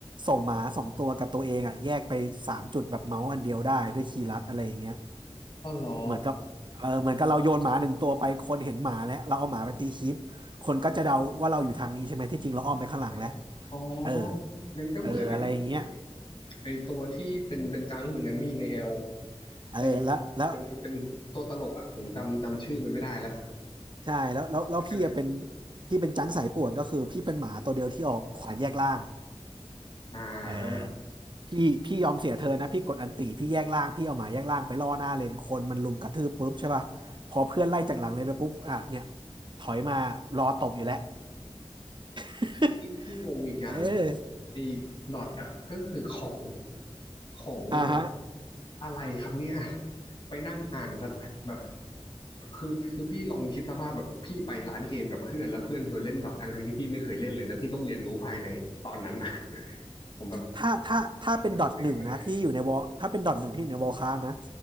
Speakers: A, on the right (about 50°); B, on the left (about 55°).
A: ส่งหมาสองตัวกับตัวเองอ่ะแยกไปสามจุดแบบเมาส์อันเดียวได้ด้วยคีย์ลัดอะไรอย่างเงี้ย
B: ก็เหรอ
A: เหมือนกับเออเหมือนกับเราโยนหมาหนึ่งตัวไปคนเห็นหมาแล้วเราเอาหมาไปตีคลิปคนก็จะเดาว่าเราอยู่ทางนี้ใช่ไหมที่จริงเราอ้อมไปข้างหลังแล้ว
B: เอออ๋อ
A: เออ
B: งั้นก็เหมือนไอ้นี่เลย
A: เอออะไรอย่างเงี้ย
B: ไอ้ตัวที่เป็นเป็นจังเหมือนกันมีในแอล
A: เออแล้วแล้ว
B: ไอ้มันมันเป็นตัวตลกอ่ะผมจำจำชื่อมันไม่ได้ละ
A: ใช่แล้วแล้วแล้วพี่อะเป็น
B: เหมือนกันเลย
A: พี่เป็นจังสายป่วนก็คือพี่เป็นหมาตัวเดียวที่ออกขวานแยกล่าง
B: อ่า
A: เออ พี่พี่ยอมเสียเธอนะพี่กดอันติพี่แยกล่างพี่เอาหมาแยกล่างไปล่อหน้าเลนคนมันลุมกระทืบปุ๊บใช่ป่ะพอเพื่อนไล่จากหลังเลนไปปุ๊บอ่ะเนี่ยถอยมารอตบอยู่แล้ว <laughs>
B: ที่ที่งงอีกอย่างของไอ้ดอทอ่ะก็คือของ
A: เออ
B: ของมันแบบ
A: อ่าฮะ
B: อะไรครับเนี่ย <laughs> ไปนั่งอ่านสแตทแบบคือคือพี่ลองคิดสภาพแบบพี่ไปร้านเกมกับเพื่อนแล้วเพื่อนชวนเล่นดอททั้งทั้งที่พี่ไม่เคยเล่นเลยแล้วพี่ต้องเรียนรู้ภายในตอนนั้นอะ <laughs> ผมแบบ
A: ถ้าถ้าถ้าเป็นดอทหนึ่งนะที่อยู่ในวอลถ้าเป็นดอทหนึ่งที่อยู่ในวอลคราฟนะ
B: จะรู้ได้ไงวะเนี่ย